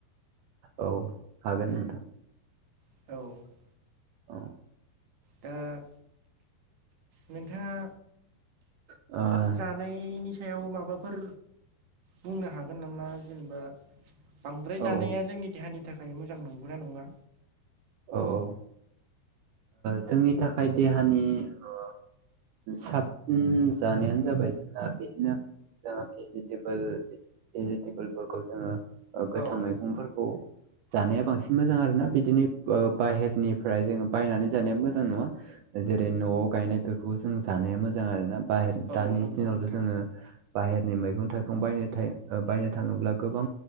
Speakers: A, on the right; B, on the right.
A: औ हागोन नोंथां।
B: औ।
A: औ।
B: दा नोंथाङा
A: ओ
B: जानायनि सायाव माबाफोर बुंनो हागोन नामा जेनेबा बांद्राय
A: ओ
B: जानाया जोंनि देहानि थाखाय मोजां नंगौना नङा?
A: औ ओ जोंनि थाखाय देहानि ओ साबसिन जानायानो जाबाय जोंहा बिदिनो जोङो भेजिटेबोल भेजिटेबोलफोरखौ जोङो ओ गोथां
B: औ
A: मैगंफोरखौ जानाया बांसिन मोजां आरोना बिदिनि ओ बाहेरनिफ्राय जोङो बायनानै जानाया मोजां नङा। जेरै न'आव गायनायफोरखौ जों जानाया मोजां आरोना बाहेर
B: औ
A: दानि
B: नंगौ
A: दिनावथ'
B: नोंथां
A: जोङो बाहेरनि मैगं थाइगं बायनो थाय बायनो थांङोब्ला गोबां